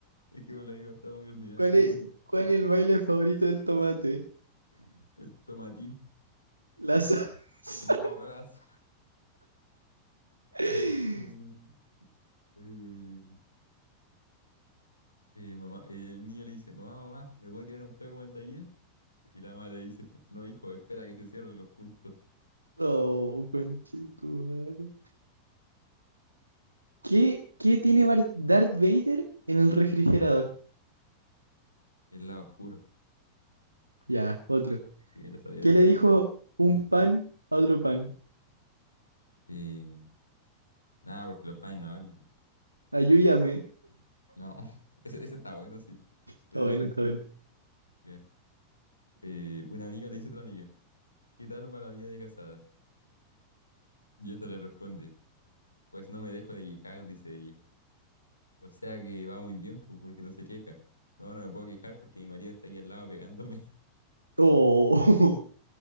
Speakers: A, on the left; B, on the right.
A: Es que por ahí no está muy ordinario
B: ¿Cuál es,
A: ese.
B: cuál es el baile favorito del tomate?
A: El tomatín.
B: La salsa.
A: No, las...
B: <laughs>
A: <laughs> Uh, eh, Eh, mamá, eh, un niño le dice, mamá, mamá, ¿me puede tirar un pedo como el de ayer? Y la mamá le dice, <laughs> no, hijo, espera que se cierren los puntos.
B: Oh, conchetumare. ¿Qué, qué tiene Bar- Darth Vader en el refrigerador?
A: El lado oscuro.
B: Ya, otro.
A: Sí, lo sabía
B: ¿Qué
A: esa.
B: le dijo un pan a otro pan?
A: Eh, nada, porque los padres no hablan.
B: Ayúdame.
A: No, <laughs> ese, ese está bueno, sí. Eh,
B: Está bueno,
A: sí,
B: está bueno.
A: ya. Eh, una amiga le dice a otra amiga, ¿qué tal va la vida de casada? Y esta le responde, pues no me dejo de quejar, dice ella. O sea que va muy bien, pues, porque no se queja. No, no me puedo quejar porque mi marido está aquí al lado pegándome
B: Oh,